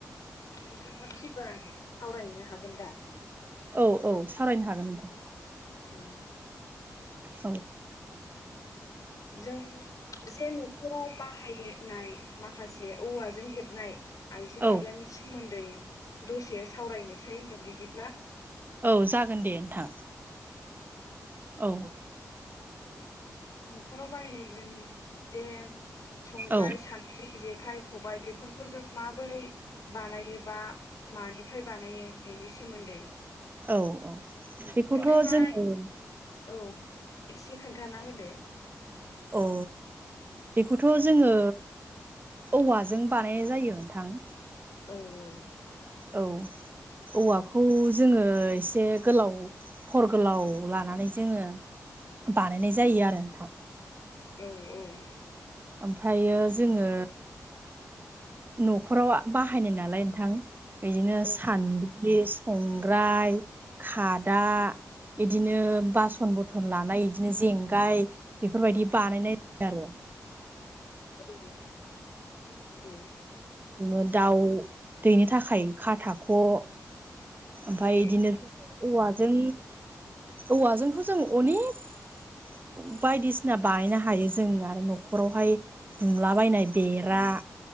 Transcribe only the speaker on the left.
नोंथाङा फैबा सावरायहैनो हागोन दा
उम
जों जे न'खराव बाहायोनाय माखासे औवाजों हेबनाय आइजें
आइलानि सोमोन दै दसे सावरायनोसै होमबा बिदिब्ला
न'खराव बाहायनाय जों जे संग्राय
सानद्रि जे खाइ खबाइ बेफोरखौ जों माबोरै बानायोबा मानिफ्राय बानायो बिनिस सोमोन्दै
नोंथाङा
औ एसे खोन्थाना ए
औ औ
औ औ
औ
औ
औ